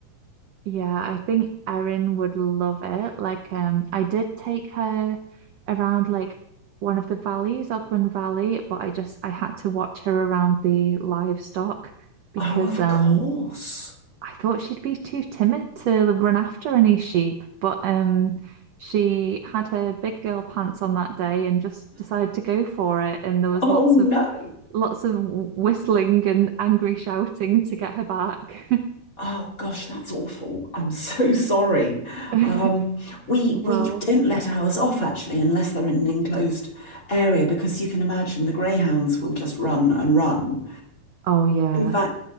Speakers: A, on the right (about 70°); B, on the left (about 25°).
A: Yeah, I think Erin would love it. Like, um, I did take her around like one of the valleys, Ogwen Valley, but I just I had to watch her around the livestock because
B: Oh, of
A: um
B: course.
A: I thought she'd be too timid to run after any sheep. But um she had her big girl pants on that day and just decided to go for it. And there was
B: Oh
A: lots
B: no.
A: of lots of whistling and angry shouting to get her back.
B: Oh gosh, that's awful. I'm so <laughs> sorry.
A: <laughs>
B: Um, we
A: Well,
B: we don't let ours off actually unless they're in an enclosed area because you can imagine the greyhounds will just run and run.
A: Oh, yeah.
B: In fact,